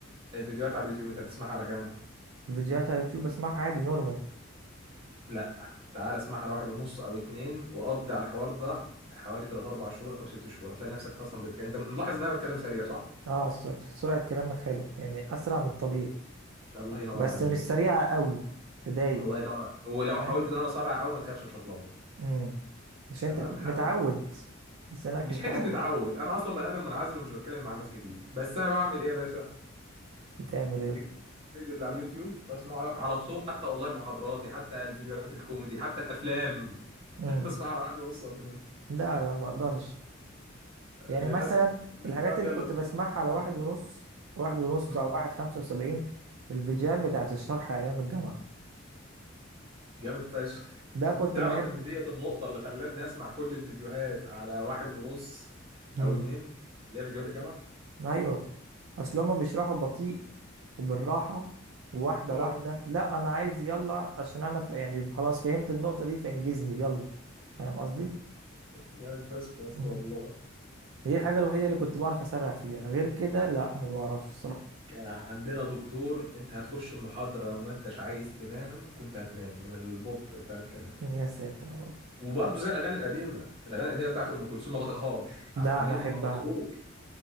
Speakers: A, on the right (about 30°); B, on the right (about 75°).
A: الفيديوهات على اليوتيوب انت بتسمعها على كام
B: الفيديوهات على اليوتيوب بسمعها عادي نورمال
A: لا تعال اسمعها على واحد ونص او اتنين وقضي على الحوار ده حوالي 3 4 شهور او 6 شهور هتلاقي نفسك اصلا بتتكلم انت ملاحظ ان انا بتكلم سريع صح
B: اه س- سرعه كلامك حلوه يعني اسرع من الطبيعي
A: ده الله ينور
B: بس
A: عليك
B: مش سريعه قوي تضايق
A: الله ينور عليك ولو
B: اه
A: حاولت ان انا اسرع قوي ما تخافش مش هتلخبط
B: امم عشان
A: تمام
B: انت
A: حاول
B: متعود لسانك
A: مش
B: متعود
A: حته نتعود انا اصلا بني ادم منعزل ومش بتكلم مع الناس كتير بس انا بعمل ايه يا باشا
B: بتعمل
A: بجيب
B: ايه
A: الفيديو اللي على اليوتيوب بسمعه على على طول حتى والله محاضراتي حتى الفيديوهات الكوميدي حتى الافلام
B: اه
A: <laughs> بسمعها على واحد ونص او اتنين
B: لا لا ما اقدرش يعني
A: للاسف
B: مثلا
A: الكليه
B: الحاجات
A: بتاعتي
B: اللي
A: هي اللي
B: كنت
A: اتضررت
B: بسمعها على
A: ان انا
B: واحد
A: اعمل كده
B: ونص واحد ونص
A: امم
B: او واحد خمسة وسبعين الفيديوهات بتاعت الشرح ايام الجامعة
A: جامد فشخ
B: ده كنت
A: تعرف
B: بحب
A: ان ديت النقطه اللي خلتني اسمع كل الفيديوهات على واحد ونص
B: مم.
A: او اتنين اللي هي فيديوهات الجامعه
B: ايوه اصل هما بيشرحوا بطيء وبالراحة واحدة
A: آه،
B: واحدة لا انا عايز يلا عشان انا ف... يعني خلاص فهمت النقطة دي فانجزني يلا فاهم قصدي
A: <laughs> جامد فشخ يا اسطى
B: مم.
A: والله
B: دي الحاجة الوحيدة اللي كنت بعرف اسرع فيها غير كده لا ما بعرفش الصراحة
A: كان عندنا دكتور انت هتخش المحاضره لو ما انتش عايز تنام كنت هتنام من البطء بتاع الكلام
B: يا ساتر يا رب
A: وبرضه زي الاغاني القديمه الاغاني القديمه بتاعت ام كلثوم ما بطيقهاش
B: ده
A: عبد الحليم
B: انا احبها
A: ما بطيقوش